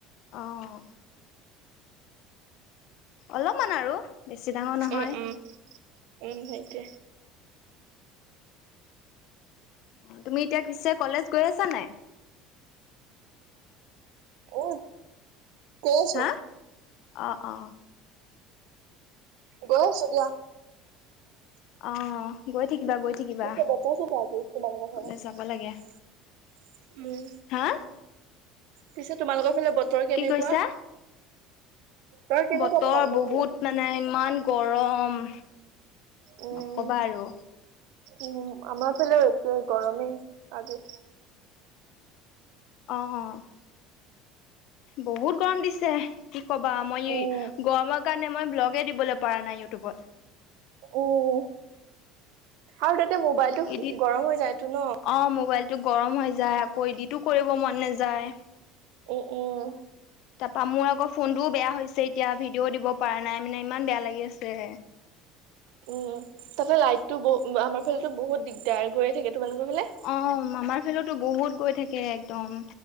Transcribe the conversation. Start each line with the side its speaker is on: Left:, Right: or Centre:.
Left: অঁ, অলপমান আৰু। বেছি ডাঙৰ নহয়।
Right: উম-উম উম, এই সেইটোয়ে।
Left: তুমি এতিয়া পিছে কলেজ গৈ আছা নাই?
Right: অ, গৈ আছো।
Left: হা অ অ
Right: গৈ আছো দিয়া। <unintelligible>
Left: অ গৈ থাকিবা গৈ থাকিবা
Right: তোমালোকৰ ঘৰলে।
Left: কলেজ
Right: উম,
Left: যাব লাগে হা
Right: পিছে তোমালোকৰ ফালে বতৰ কেনেকুৱা?
Left: কি কৈছা
Right: কেনেকুৱা
Left: বতৰ
Right: তোমালোকৰ
Left: বহুত
Right: ফালে
Left: মানে ইমান গৰম।
Right: উম,
Left: নকবা আৰু
Right: উম, আমাৰ ফালেও এক গৰমেই আজি।
Left: অ-অ বহুত গৰম দিছে কি কবা মই
Right: উম
Left: গৰমত কাৰণে মই ব্লগেই দিবলৈ পৰা নাই ইউটিউবত।
Right: উম আৰু তাতে মোবাইলটো
Left: ইডিট
Right: গৰম হৈ যায়টো ন'?
Left: অ, মোবাইলটো গৰম হৈ যায় আকৌ ইদিটো কৰিব মন নাযায়।
Right: উম -উম
Left: তাৰপা মোৰ আকৌ ফোনটোও বেয়া হৈছে এতিয়া ভিডিঅ'ও দিব পৰা নাই মানে ইমান বেয়া লাগি আছে।
Right: উম, তাতে লাইটটো বহু আমাৰ ফালেতো বহুত দিগদাৰ। থাকে তোমালোকৰ ফালে?
Left: অ, আমাৰ ফালতো বহুত গৈ থাকে একদম।